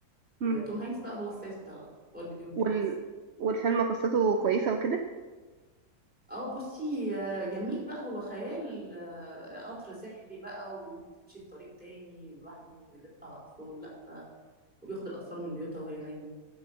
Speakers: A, on the right (about 55°); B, in the centre.
A: مم.
B: وتوم هانكس بقى هو السايس بتاع القطر هو اللي بيديهم التيكتس
A: وال... والفيلم قصته كويسه وكده
B: اه بصي آه، جميل بقى هو خيال آه، قطر سحري بقى وبيمشي في طريق تاني لوحده وبيلف على اطفال لا آه، وبياخد الاطفال من بيوتها وهي نايمه